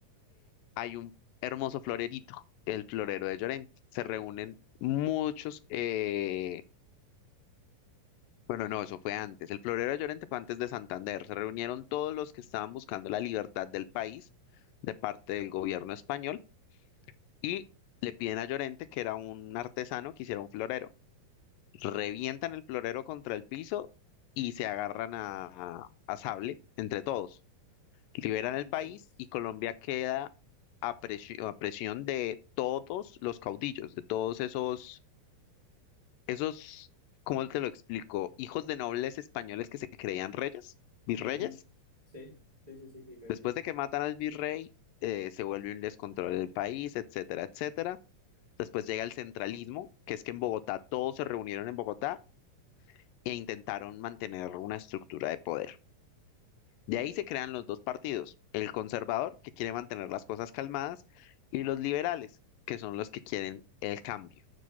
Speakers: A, on the left (about 80°); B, on the right (about 15°).
A: hay un hermoso florerito, el florero de Llorente. Se reúnen muchos, eh, bueno, no, eso fue antes. El florero de Llorente fue antes de Santander. Se reunieron todos los que estaban buscando la libertad del país de parte del gobierno español y le piden a Llorente, que era un artesano, que hiciera un florero. Revientan el florero contra el piso y se agarran a, a sable entre todos. liberan
B: ¿Qué dices?
A: el país y Colombia queda a presión, a presión de todos los caudillos, de todos esos, esos, ¿cómo te lo explico? Hijos de nobles españoles que se creían reyes, virreyes.
B: Ujú. Sí, sí, sí, sí, virreyes.
A: Después de que matan al virrey, eh, se vuelve un descontrol del país, etcétera, etcétera. Después llega el centralismo, que es que en Bogotá todos se reunieron en Bogotá e intentaron mantener una estructura de poder. De ahí
B: Ok,
A: se crean los dos partidos, el conservador, que quiere mantener las cosas calmadas, y los liberales, que son los que quieren el cambio,